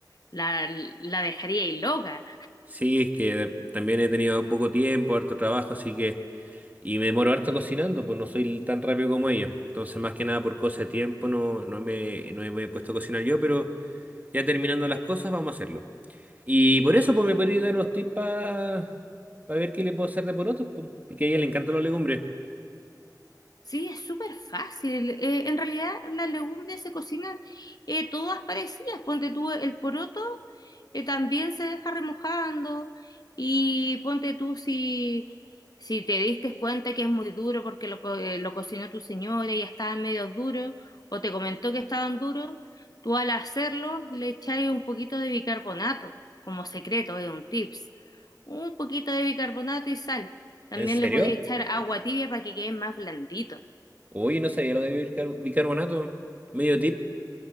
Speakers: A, on the left; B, on the right.
A: la, la dejaríais loca.
B: sí, es que también he tenido poco tiempo, harto trabajo, así que. Y me demoro harto cocinando, pues no soy tan rápido como ella. Entonces, más que nada por cosa de tiempo, no, no me, no me he puesto a cocinar yo, pero ya terminando las cosas, vamos a hacerlo. Y por eso, pues me podría dar unos tips para ver qué le puedo hacer de porotos, pues, porque a ella le encantan las legumbres.
A: Sí, es súper fácil. Eh, en realidad las legumbres se cocinan eh, todas parecidas. Ponte tú el poroto, eh, también se deja remojando y ponte tú si, si te diste cuenta que es muy duro porque lo, co- eh, lo cocinó tu señora y ya estaban medio duros o te comentó que estaban duros, tú al hacerlo le echáis un poquito de bicarbonato como secreto, es un tips. Un poquito de bicarbonato y sal. También
B: ¿En serio?
A: le podéis echar agua tibia para que quede más blandito.
B: Uy, no sabía lo de bicar- bicarbonato. Medio tip.